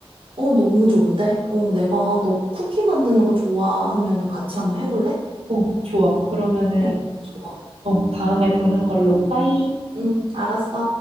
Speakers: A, on the right; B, on the right.
A: 어, 너무 좋은데? 어, 내가 너 쿠키 만드는 거 좋아하면은 같이 한번 해볼래?
B: 어, 좋아. 그러면은,
A: 응, 좋아.
B: 어, 다음에 보는 걸로, 빠이.
A: 응, 알았어.